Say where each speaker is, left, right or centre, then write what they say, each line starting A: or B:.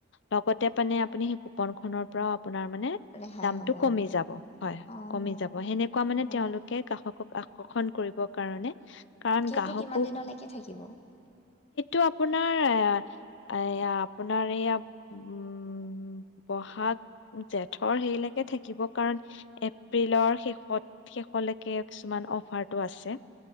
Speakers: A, on the left (about 60°); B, on the left (about 30°).
A: লগতে মানে। আপুনি সেই কুপন খনৰ পৰাও। আপোনাৰ মানে
B: ৰেহাই
A: দামটো
B: হ'ব
A: কমি
B: আৰু
A: যাব হয় হয়
B: অ'।
A: কমি যাব সেনেকুৱা মানে
B: অ',
A: তেওঁলোকে গ্ৰাহকক আকৰ্ষণ কৰিব। কাৰণে। কাৰণ
B: সেইটো
A: গ্ৰাহকো
B: কিমান দিনলৈকে থাকিব।
A: সেইটো আপোনাৰ এয়া আপোনাৰ এয়া উম বহাগ জেঠৰ হেৰি লৈকে থাকিব কাৰণ এপ্ৰিলৰ শেষত শেষৰলৈকে কিছুমান অফাৰটো আছে।